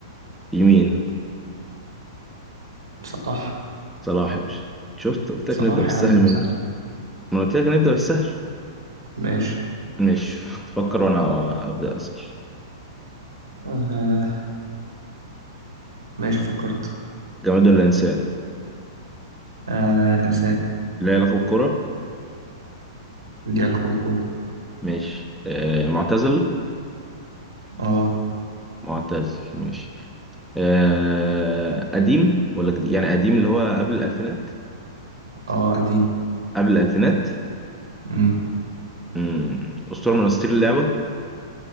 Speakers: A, in the centre; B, on the right.
A: يمين
B: صلاح
A: صلاح يا باشا شفت قلت
B: صلاح
A: لك نبدأ بالسهل
B: يا عم
A: منه
B: سهل
A: ما قلت لك نبدأ بالسهل
B: ماشي
A: ماشي تفكر وانا ابدأ اسأل
B: آه ماشي فكرت
A: جماد ولا انسان
B: آه إنسان
A: لا يلعب الكرة
B: ليه علاقة بالكورة
A: ماشي آه معتزل
B: اه
A: معتزل ماشي آه قديم ولا جديد يعني قديم اللي هو قبل الألفينات
B: اه قديم
A: قبل الألفينات
B: امم
A: مم. أسطورة من أساطير اللعبة